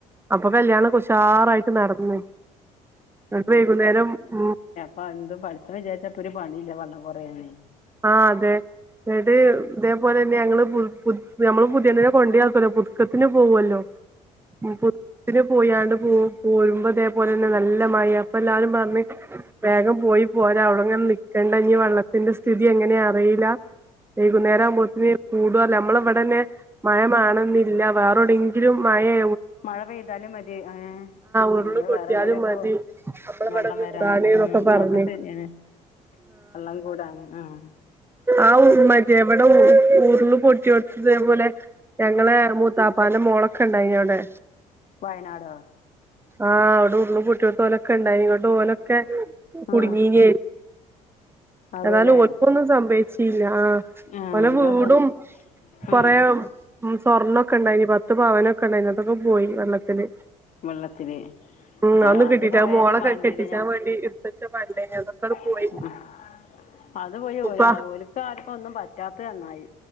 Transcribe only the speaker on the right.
അപ്പ കല്ല്യാണം കൊഷാറായിട്ട് നടന്ന് ഇപ്പ വൈകുന്നേരം ഉം
ആഹ് അതെ ങ്ങട്ട് തേ പോലെന്നെ ഞങ്ങള് പു പു ഞമ്മള് പുതിയണ്ണ്നെ കൊണ്ടായിക്കല്ലോ പുതുക്കത്ത്ന് പോകുല്ലോ. ആഹ് പു പിന്നെ പോയാണ്ട് പോ പോരുമ്പോ അതേപോലെ തന്നെ നല്ല മഴ അപ്പ എല്ലാരും പർഞ്ഞ് വേഗം പോയി പോര അഒടങ്ങനെ നിക്കണ്ട ഇനി വെള്ളത്തിന്റെ സ്ഥിതി എങ്ങനെ അറിയില്ല. വൈകുന്നേരാവുമ്പത്ത്ന് കൂടൊല്ലൊ മ്മള ഇവടെന്നെ മഴമാണെന്ന് ഇല്ല വേറെ ഒടെങ്കിലും മഴേ
ഉരുള്
പൊട്ടിയാലും
മതി
നമ്മളെ
ഇവിടെ കൂടാന്
ന്നൊക്കെ പറഞ്ഞ്
ആഹ് ഉ മറ്റേ ഇവടെ ഉരുള് പൊട്ട്യോട്ത്ത് തേ പോലെ ഞങ്ങളെ മൂത്താപ്പാന്റെ മോളൊക്കെ ഇണ്ടായിനോടെ.
ആഹ് അവടെ ഉര്ള് പൊട്ട്യോട്ത്ത് ഓലൊക്കെ ണ്ടായിനി ഇങ്ങട്ട് ഓലൊക്കെ കുടുങ്ങീനി
എന്നാലും ഓൽക്കൊന്നും സംഭവച്ചില്ല ആഹ്
ഓലെ
വീടും
കൊറേ
ഉം സ്വർണ്ണംക്കെ ണ്ടായിന് പത്ത് പാവനൊക്കെ ണ്ടായിന് അതൊക്കെ പോയി വെള്ളത്തില്
ഉം അഒന്നും
കിട്ടിട്ട
മോളെ കെട്ടി
ട്ടിച്ചാൻ വേണ്ടി ഇട്ത്തച്ച പണ്ടേനി അതൊക്കാണ്ട് പോയി.
ഉപ്പ